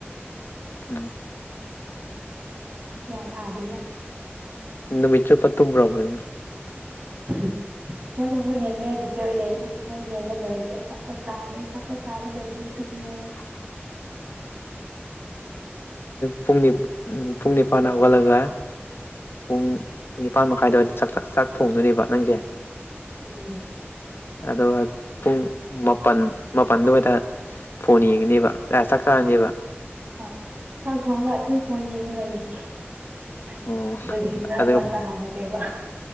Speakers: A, on the left; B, on the right.
A: ꯎꯝ
B: ꯀꯌꯥ ꯇꯥꯗꯦꯗ
A: ꯅꯨꯃꯤꯆꯣ ꯐꯠꯇꯨꯝ ꯄ꯭ꯔꯣꯕꯂꯦꯝꯅꯦ
B: ꯎꯝ ꯐꯣꯟ ꯑꯃꯨꯛ ꯌꯦꯡꯉꯦ ꯚꯤꯗꯤꯑꯣ ꯌꯦꯡꯉꯦ ꯐꯣꯟ ꯌꯦꯡꯕ ꯂꯣꯏꯔꯒꯦ ꯆꯆꯥꯄꯣꯠ ꯆꯥꯏꯔꯦ ꯆꯆꯥꯄꯣꯠ ꯆꯥꯕ ꯂꯣꯏꯔꯦ <unintelligible>
A: <unintelligible> ꯄꯨꯡꯅꯤ ꯎ ꯄꯨꯡꯅꯤ ꯐꯥꯟꯅ ꯍꯒꯥꯂ ꯄꯨꯡ ꯅꯤꯄꯥꯜ ꯃꯈꯥꯏꯗꯋꯥ ꯆꯥꯛ ꯊꯣꯡꯗꯣꯏꯅꯦꯕ ꯅꯪꯁꯦ
B: ꯎꯝ
A: ꯑꯗꯨꯒ ꯄꯨꯡ ꯃꯥꯄꯜ ꯃꯄꯥꯟꯗꯨꯋꯥꯗ ꯐꯣꯟ ꯌꯦꯡꯉꯅꯦꯕ ꯆꯥꯔꯅꯦꯕ
B: ꯑ ꯆꯥꯛ ꯊꯣꯡꯒ ꯑꯗꯨꯝ ꯐꯣꯟ ꯌꯦꯡꯉ ꯂꯩꯅꯤ ꯑꯗꯨꯗꯒꯤ
A: ꯑꯣ
B: ꯃꯔꯛ
A: ꯑꯗꯨꯒ
B: ꯃꯔꯛꯇ ꯍꯥꯡꯗꯦꯕ